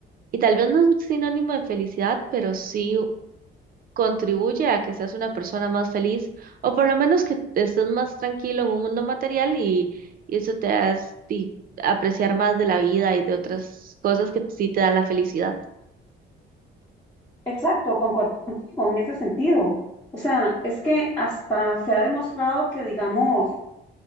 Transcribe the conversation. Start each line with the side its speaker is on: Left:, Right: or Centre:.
Right: Y tal vez no es sinónimo de felicidad, pero sí contribuye a que seas una persona más feliz o por lo menos que estés más tranquilo en un mundo material y, y eso te hace ti- apreciar más de la vida y de otras cosas que sí te dan la felicidad.
Left: Exacto, concuerdo contigo en ese sentido. O sea, es que hasta se ha demostrado que, digamos,